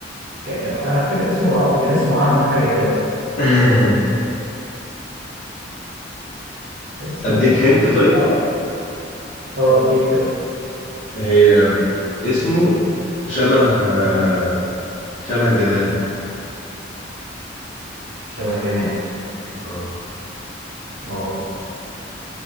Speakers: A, on the right; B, on the left.
A: كان... انا فاكر اسمه بالعربي كان اسمه عم حاجه كده
B: <laughs>
A: كان اسمه
B: اديك
A: ايه؟
B: هنت طيب
A: اه اه اديني كده
B: هي اسمه شبه آه... شبه جماد
A: شبه جماد
B: اه
A: اه